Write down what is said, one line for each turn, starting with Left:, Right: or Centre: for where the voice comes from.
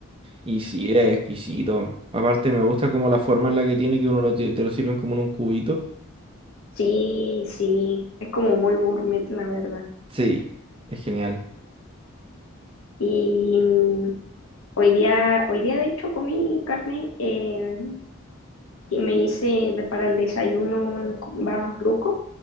Right: Y sí, es exquisito. Aparte, me gusta como la forma en la que tiene, que uno lo, ti- te lo sirven como en un cubito.
Left: Sí, sí, es como muy gourmet, la verdad.
Right: Sí, es genial.
Left: Y mm, hoy día, hoy día de hecho comí carne eh, y me hice de- para el desayuno un co- barros luco,